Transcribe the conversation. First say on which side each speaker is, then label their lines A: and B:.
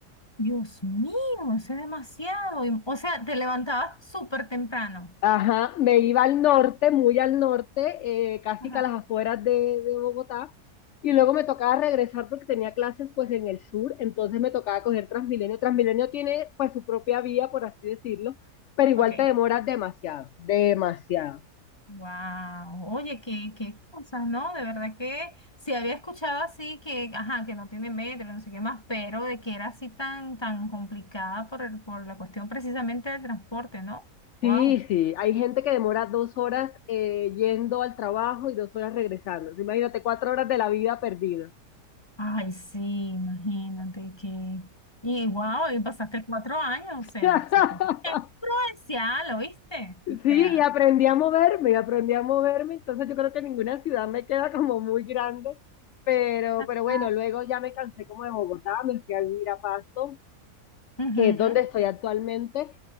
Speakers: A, on the left (about 15°); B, on the left (about 65°).
A: Dios mío, eso es demasiado. Y- O sea, te levantabas súper temprano.
B: Ajá, me iba al norte, muy al norte, eh, casi
A: Ajá.
B: que a las afueras de, de Bogotá, y luego me tocaba regresar porque tenía clases pues en el sur, entonces me tocaba coger Transmilenio. Transmilenio tiene pues su propia vía, por así decirlo, pero igual
A: Ok.
B: te demoras demasiado, demasiado.
A: Wow. Oye, qué, qué cosas, ¿no? De verdad que sí había escuchado así que, ajá, que no tiene metro, no sé qué más, pero de que era así tan, tan complicada por el, por la cuestión precisamente del transporte, ¿no? Wow.
B: Sí, sí, hay gente que demora dos horas eh, yendo al trabajo y dos horas regresando. Entonces, Imagínate, cuatro horas de la vida perdida.
A: Ay, sí, imagínate que... Y wow, y pasaste cuatro años, o sea,
B: <laughs>
A: pasaste... ¡Qué provincial, ¿oíste? O
B: Sí,
A: sea...
B: y aprendí a moverme, y aprendí a moverme, entonces yo creo que ninguna ciudad me queda como muy grande, pero,
A: ajá,
B: pero bueno, luego ya me cansé como de Bogotá, me fui a vivir a Pasto,
A: ujú.
B: que es donde estoy actualmente.